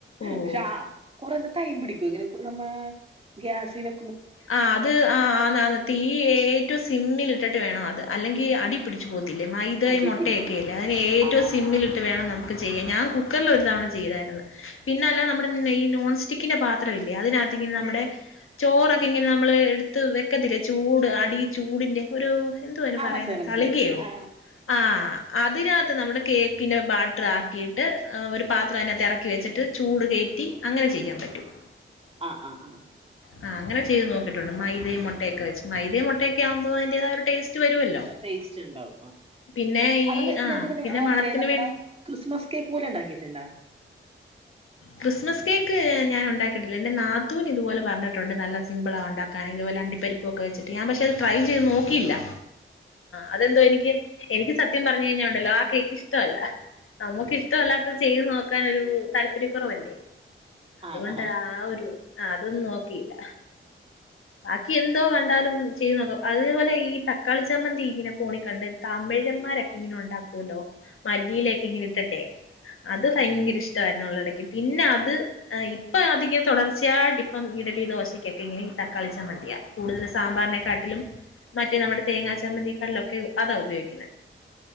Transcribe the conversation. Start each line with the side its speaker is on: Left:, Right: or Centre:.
Left: ഓഹ്
Right: പക്ഷെ ആ കൊറെ ടൈം പിടിക്കുവോ ഇങ്ങനെ നമ്മ ഗ്യാസിവേ
Left: ആ അത് ആ ആന്ന് ആന്ന് തീ ഏറ്റവും സിമ്മിൽ ഇട്ടിട്ട് വേണം അത് അല്ലെങ്കി അടി പിടിച്ച് പോകുന്നു <unintelligible> മൈതയും
Right: അടി
Left: മുട്ടയൊക്കെല്ലേ
Right: പിടിക്കും
Left: അതിന് ഏറ്റവും
Right: ആ ആ
Left: സിമ്മിലിട്ട്
Right: ആ ആ.
Left: വേണം നമുക്ക് ചെയ്യാം ഞാൻ കുക്കറിൽ ഒരു തവണ ചെയ്താരുന്നു പിന്നല്ല നമ്മടെ നെ നോൺസ്റ്റിക്കിന്റെ പാത്രവില്ലേ അതിനകത്ത് ഇങ്ങനെ നമ്മടെ ചോ പ്പങ്ങിനെ നമ്മള് എട് ത്ത് വെക്കത്തില്ല ചൂട് അടി ചൂടിൻ്റെ ഒരു- എന്തുവാ അയിന്
Right: ആ,
Left: പറയുന്നേ
Right: മനസ്സിലായി മനസ്സിലായി
Left: തളികയോ
Right: ആ
Left: ആ- അതിനത്ത് നമ്മടെ കേക്കിനെ ബാറ്ററാക്കി ട്ട് ഒരു പാത്രംഅയിനത്ത് എറക്കി വെച്ചിട്ട് ചൂട് കേറ്റി അങ്ങനെ ചെയ്യാൻ പറ്റും-
Right: ആ ആ ആ-
Left: ആ അങ്ങനെ ചെയ്ത് നോക്കിട്ടുണ്ട് മൈദയും മുട്ടയൊക്കെച്ച് മൈതയും മുട്ടൊക്കെ ആുമ്പോൾതിന്റതായ ഒരു ടേസ്റ്റ് വരുവല്ലോ.
Right: ടേസ്റ്റു ഉണ്ടാവും
Left: പിന്നെ
Right: ആഅതില്
Left: ഈ
Right: ഇപ്പ
Left: ആ
Right: ഞാൻട്ടേ
Left: പിന്നെ മണത്തിന്
Right: നമ്മുടെ
Left: വേണ്ടി
Right: ക്രിസ്മസ് കേക്ക് പോല എണ്ടാക്കീട്ട്ണ്ടാ
Left: ക്രിസ്മസ് കേക്ക് ഞാൻ ഉണ്ടാക്കിട്ടില്ലേ എന്റെ നാത്തുന് ഇതുപലെ പറഞ്ഞിട്ടണ്ട് നല്ല സിമ്പിൾ ആണ് ഉണ്ടാക്കൻ ഇതുപോലെണ്ടി പരിപ്പ് ഒക്കെച്ചി്ട്ട് ഞാൻപക്ഷെ അത് ട്രൈ നോക്കിയില്ലആ അതെന്തോ എനിക്ക് എനിക്ക് സത്യം പറഞ്ഞ കഴിഞ്ഞ ഉണ്ടല്ലോ ആ കേക്ക് ഇഷ്ടമല്ല നമ്മുക്ക് ഇഷ്ടമല്ലാത്ത ചെയ്ത് നോ ക്കാന ഒരു താല്പര്യം കുറവല്ലേ അതുകൊണ്ട്
Right: ആണോ
Left: ആ ഒരു അ അതൊന്നും നോ ക്കിയില്ല ബാക്കി എന്തോ കണ്ടാലും ചെയ്തു നോക്കാം അതുപോലെ ഈ തക്കാളി ചമ്മന്തി ഇങ്ങനെ ഫോണി കണ്ട് തമിഴമാരൊക്കെ ഇങ്ങനെ ഉണ്ടാ- ക്കൂല്ലോ മല്ലിയില ഇങ്ങനെ ഇട്ടട്ടെ അത് ഭയങ്കര ഇഷ്ടമായിരുന്നുള്ള ഇടക്ക് പി--ന്നെ അത് ആഹ ഇപ്പൊ അധികം തുടർച്ചയട്ട ഇപ്പം ഇഡ്‌ലി ദോശക്കൊക്കെ ഇങ്ങനെ തക്കാളിച്ചമ്മന്തിയാ കൂടുതൽ സാമ്പാറിനെക്കാട്ടിലും മറ്റ നമ്മുടെ തേങ്ങാ ചമ്മന്തി കൊക്കെ അതാ ഉപയോഗിക്കുന്നെ